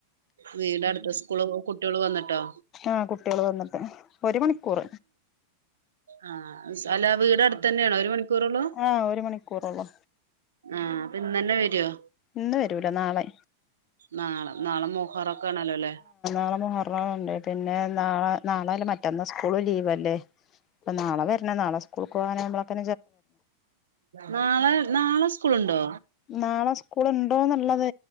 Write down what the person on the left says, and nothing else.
ആഹ കുട്ടികള് വന്നിട്ട് ഒരു മണിക്കൂർ
ആഹ് ഒരു മണിക്കൂറൊള്ളൂ
ഇന്ന് വരൂല നാളെ
നളെ മഹർണുണ്ട് പിന്നെ നാളെ നാളെല്ല മറ്റന്ന് സ്കൂൾ ലീവ് അല്ലേ <inaudible> ഇപ്പ നാളെ വരണ നളെകൂ പോകാനെ നമ്മളൊക്കെ
നാളെ സ്കൂൾ ഉണ്ടോന്നുള്ളത്